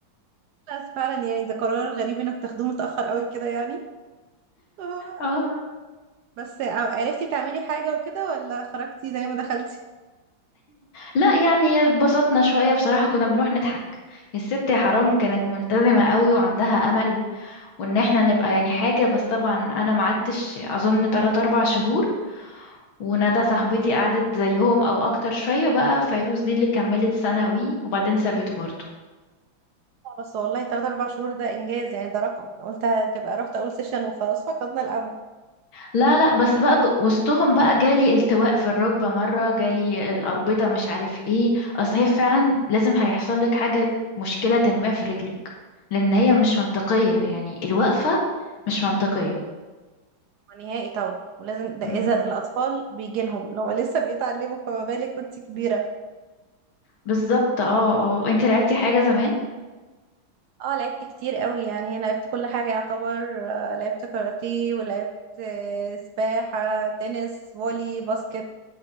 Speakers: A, on the right; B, on the left.
A: بس فعلا يعني ده قرار غريب انك تاخدوه متأخر قوي كده يعني آه،
B: اه
A: بس ع- عرفتي تعملي حاجة وكده ولا خرجتي زي ما دخلتي؟
B: لا يعني اتبسطنا شوية بصراحة كنا بنروح نضحك الست يا حرام كانت ملتزمة قوي وعندها امل وان احنا نبقى يعني حاجة بس طبعا انا ما قعدتش اظن 3 4 شهور وندى صاحبتي قعدت زيهم او اكتر شوية بقى فيروز دي اللي كملت ثانوي وبعدين سابته برضه
A: آه، بس والله 3 4 شهور ده إنجاز يعني ده رقم أنا قلت هتبقى رحت أول سيشن وخلاص فقدنا الأمل
B: لا لا بس بقى ج- وسطهم بقى جالي التواء في الركبة مرة جالي الأربطة مش عارف ايه اصل هي فعلا لازم هيحصل لك حاجة مشكلة ما في رجلك لان هي مش منطقية يعني الوقفة مش منطقية
A: نهائي طبعا ولازم ده
B: مم.
A: اذا الاطفال بيجي لهم لو لسه بيتعلموا فما بالك وانت كبيره
B: بالظبط اه اه انت لعبتي حاجة زمان
A: اه لعبت كتير قوي يعني انا لعبت كل حاجه يعتبر آه، لعبت كاراتيه ولعبت آه، سباحه تنس فولي باسكت